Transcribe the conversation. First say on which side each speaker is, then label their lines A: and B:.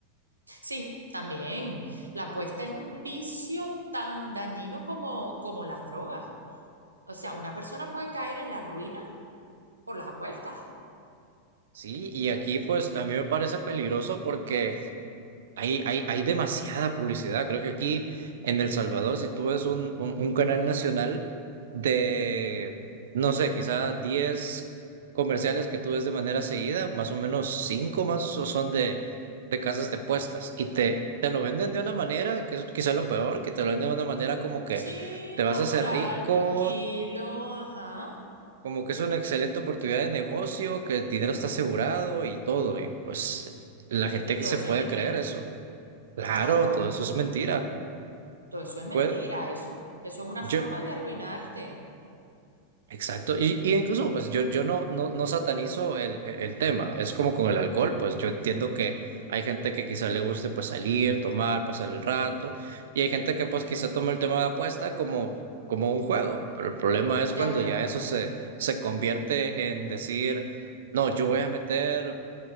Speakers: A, on the right (about 80°); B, on the right (about 60°).
A: Sí, también. La apuesta es un vicio tan dañino como, como las drogas. O sea, una persona puede caer en la ruina por las apuestas.
B: Sí, y aquí pues a mí me parece peligroso porque Hay, hay, hay demasiada publicidad. Creo que aquí en El Salvador, si tú ves un, un, un canal nacional de, no sé, quizá 10 comerciales que tú ves de manera seguida, más o menos 5 más so- son de, de casas de apuestas. Y te, te lo venden de una manera, que es quizá lo peor, que te lo venden de una manera como que
A: Sí,
B: te vas
A: natural,
B: a hacer rico,
A: tranquilo, ajá.
B: como que es una excelente oportunidad de negocio, que el dinero está asegurado y todo. Y pues la gente
A: Y
B: que
A: todo
B: se
A: eso
B: puede
A: es mentira.
B: creer eso. Claro,
A: Claro,
B: todo eso es mentira.
A: todo eso es mentira,
B: Pues
A: eso. Eso es una
B: yo,
A: forma de arruinarte.
B: exacto. Y, y incluso, pues yo, yo no, no, no satanizo el, e, el tema. Es como con el alcohol, pues yo entiendo que hay gente que quizá le guste pues salir, tomar, pasar el rato. Y hay gente que pues quizá toma el tema de apuesta como, como un juego. Pero el problema es
A: De
B: cuando
A: acuerdo,
B: ya eso se, se convierte en decir, no, yo voy a meter